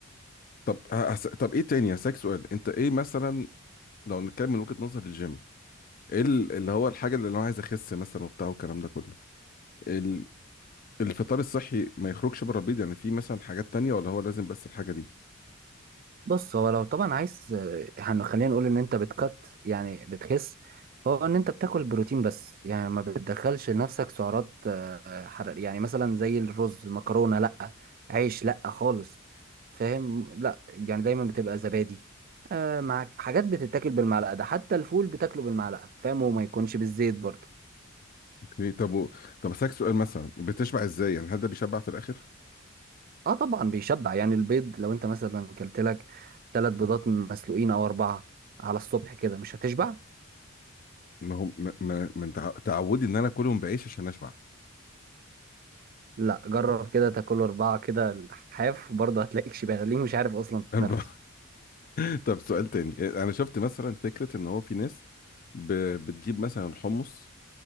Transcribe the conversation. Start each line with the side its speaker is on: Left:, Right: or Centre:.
Left: طب هس... طب ايه تاني هسألك سؤال انت ايه مثلا لو نتكلم من وجهة نظر الجيم ايه ال- اللي هو الحاجة اللي انا عايز اخس مثلا وبتاع والكلام ده كله ال... الفطار الصحي ما يخرجش بره البيض يعني في مثلا حاجات تانية ولا هو لازم بس الحاجة دي
Right: بص هو لو طبعا عايز هن- خلينا نقول ان انت بتكت يعني بتخس هو ان انت بتاكل بروتين بس يعني ما بتدخلش لنفسك سعرات آه، حرارية يعني مثلا زي الرز مكرونة لا عيش لا خالص فاهم لا يعني دايما بتبقى زبادي آه، مع حاجات بتتاكل بالمعلقة ده حتى الفول بتاكله بالمعلقة فاهم وما يكونش بالزيت برضه
Left: اوكي، طب و... طب هسألك سؤال مثلا بتشبع ازاي يعني هل ده بيشبع في الاخر
Right: اه طبعا بيشبع يعني البيض لو انت مثلا كلت لك ثلاث بيضات مسلوقين او اربعة على الصبح كده مش هتشبع
Left: ما هو ما, ما... من تع... تعودي ان انا كلهم بعيش عشان اشبع
Right: لا جرب كده تاكل أربعة كده الحاف برضه هتلاقيك شبعان ليه مش عارف أصلا
Left: أربعة.
Right: تتنفس
Left: <laughs> طب سؤال تاني انا شفت مثلا فكرة ان هو في ناس ب... بتجيب مثلا حمص